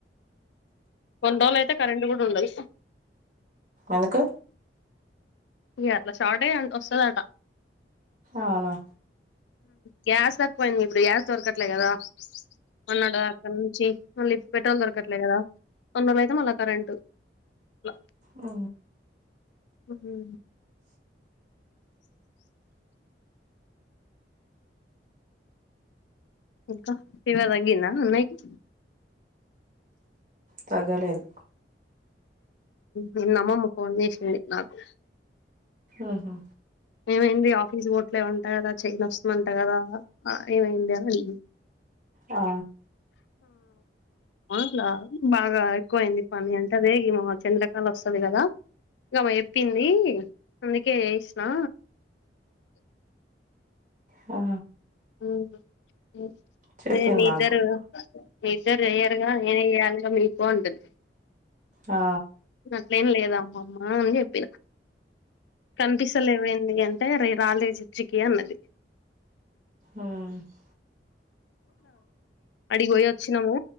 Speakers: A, on the left; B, on the right.
A: కొన్ని రోజులు అయితే కరెంట్ కూడా ఉండదు
B: ఎందుకు
A: ఇ అట్ల షాటయి అట్ల వస్తదంట
B: అవునా
A: గ్యాస్ తక్కువయింది ఇప్పుడు గ్యాస్ దొరకట్లే కదా మొన్నడ్ దాక నుంచి మళ్ళీ పెట్రోల్ దొరకట్లేద్ కదా కొన్ని రోజులు అయితే మళ్ళా కరెంటు ట్ల
B: ఆ
A: ఉమ్ ఇంక ఫీవర్ తగ్గిందా అన్నయ్య కి
B: తగ్గలేద్
A: నిన్న అమ్మమ్మ ఫోన్ జేసింది నాకు
B: ఆహా
A: ఏమైంది ఆఫీస్ బోవాట్లెవ్ వంట కదా చేయి నోస్తుందంట కదా ఏమైంది అని అడిగిన్
B: ఆ
A: అట్లా బాగా ఎక్కువయింది పని, అంటే అదే ఈమ చంద్రకల వస్తది కదా గామే చెప్పింది అందుకే స్ నా
B: హా
A: అవునా హు
B: చెప్పింది
A: రే మీ
B: నాకు
A: ఇద్దరు
B: కూడా
A: ఇద్దరు చెయ్యరుగా నేనే చేయాలిగా మీకు ఉంటుంది
B: ఆ
A: అట్లేం లేద్ అమ్మమ్మ అని చెప్పిన కనిపిస్తలేవైంది అన్ రే రాలే చర్చ్ కి అన్నది
B: ఆ
A: ఆడికి పోయ వచ్చినము